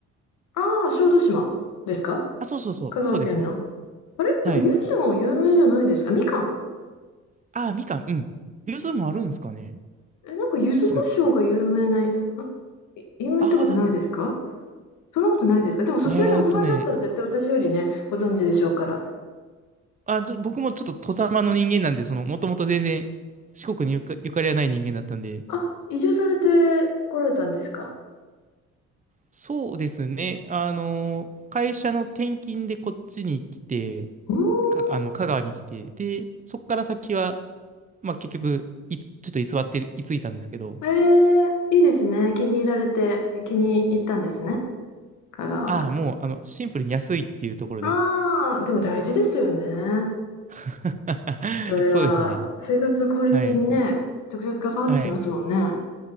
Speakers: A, on the left; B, on the right.
A: ああ、小豆島ですか？
B: あ、そうそうそう、
A: 香川県の。
B: そうです。
A: あれ、でも柚子も有名じゃないですか？
B: はい。
A: みかん？
B: ああ、みかん、うん。ゆずもあるんですかね。
A: え、なんか柚子胡椒が有名な、
B: ゆず、
A: い有名ってことないですか？
B: あ
A: そんなことないですか？でもそちらにお住まいだったら絶対私よりね、
B: あ、えーっとね、
A: ご存知でしょうから。
B: あ、ちょ僕もちょっと、外様の人間なんで、その、もともと全然、四国にゆか、ゆかりはない人間だったんで、
A: あ、移住されて来られたんですか？
B: そうですね。あの、会社の転勤でこっちに来て、
A: うん。
B: か、あの、香川に来て、で、そこから先は、まあ、結局、い、ちょっと居座ってる、居ついたんですけど、
A: ええ、いいですね。気に入られて、気に入ったんですね、香川が。
B: ああ、もう、あの、シンプルに安いっていうところで。
A: ああ、でも大事ですよね。
B: <laughs>
A: それは、
B: そうですね。
A: 生活のクオリティにね、
B: はい。
A: 直接関わってきますもんね。
B: はい。